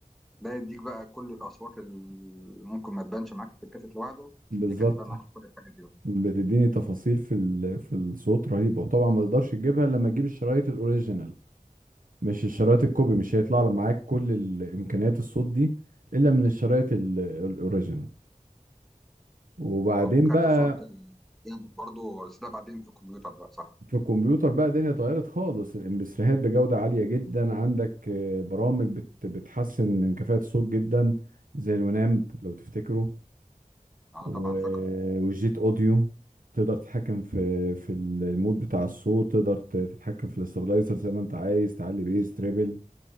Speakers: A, in the centre; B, on the right.
A: ده يديك بقى كل الاصوات اللي ممكن ما تبانش معاك في الكاسيت لوحده
B: بالظبط
A: دي كانت تبان معاك في كل الحاجات دي بقى
B: بتديني تفاصيل في ال... في الصوت رهيبه وطبعا ما تقدرش تجيبها إلا لما تجيب الشرايط الاوريجينال مش الشرايط الكوبي مش هيطلع لك معاك كل الامكانيات الصوت دي الا من الشرايط ال- الاوريجينال وبعدين
A: و- وكارت
B: بقى
A: صوت جامد برضه بس ده بعدين في الكمبيوتر بقى صح
B: في الكمبيوتر بقى الدنيا اتغيرت خالص الامبسريهات بجودة عالية جدا عندك آه، برامج بت بتحسن من كفاءة الصوت جدا زي الونامب لو تفتكره
A: اه
B: و-
A: طبعا فاكره
B: والجيت اوديو تقدر تتحكم في في المود بتاع الصوت تقدر ت- تتحكم في الاسترلايزر زي ما انت عايز تعلي بيس تريبل